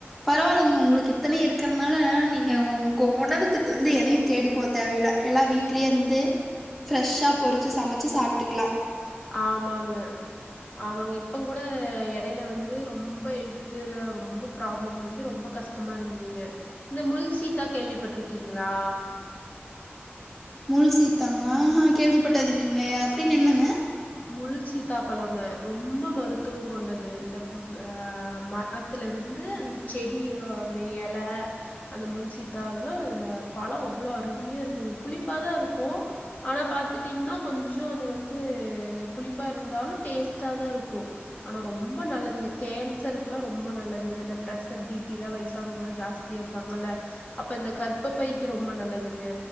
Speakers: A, in the centre; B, on the left.
A: பரவாயில்லைங்க உங்களுக்கு இத்தனையு இருக்கிறனால நீங்க உங்க உணவுக்கு வந்து எதையும் தேடிப்ப தேவல எல்லாம் வீட்லயே இருந்து ஃப்ரெஷ்ஷா பொறிச்சு சமைச்சு சாப்ட்டுக்கலாம்
B: ஆமாங்க ஆமாங்க இப்ப கூட எ கடைல வந்து ரொம்ப ஹெல்தல ரொம்ப ப்ராப்ளம் வந்து ரொம்ப கஷ்டமா இருந்ததுங்க இந்த முல் சீதா கேள்விப்பட்டிருக்கீங்களா
A: மூல் சீத்தாங்களாஹ கேள்விப்பட்டது இல்லலைங்களையா அப்டின்னு என்னங்க
B: முள் சீதா பழங்க ரொம்ப மருத்துவம் கொண்டது இந்தஹ மரத்தல இருந்து அந்த செடியில அந்த இலை அந்த முள் சீதா அதெல்லாம் பழம் அவ்ளோ அருமையா இருக்கும்ங்க புளிப்பா தான் இருக்கூ ஆனா பார்த்துட்டீங்கன்னா கொஞ்சோ அது வந்து புளிப்பா இருந்தாலும் டஸ்ட தான் இருக்கூ ஆனா ரொம்ப நல்லது கேன்சருல்லா ரொம்ப நல்லதுங்க இந்த பரிஷர் பீபி வயசானவங்காம் ஜாஸ்தியா இருக்காங்க அப்ப இந்த கற்ப பைக்கு ரொம்ப நல்லது